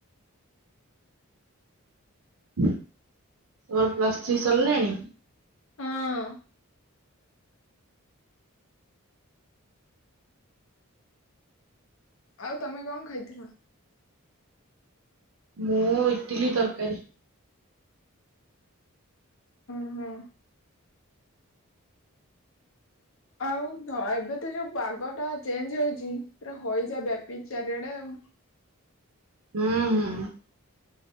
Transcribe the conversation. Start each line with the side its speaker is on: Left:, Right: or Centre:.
Right: ତୋର ପ୍ଲସ୍ ଥ୍ରୀ ସରିଲାଣି?
Left: ହଁ ଆଉ ତମେ କଣ ଖାଇଥିଲ?
Right: ମୁଁ ଇଟିଲି ତରକାରୀ।
Left: ଉଁ ହୁଁ। ଆଉ ଏବେ ତ ଯୋଉ ପାଗ ଟା ଚେଞ୍ଜ ହୋଇଚି। ପୁରା ହଇଜା ବ୍ୟାପିଚି ଚାରିଆଡେ ଆଉ।
Right: ହୁଁ ହୁଁ।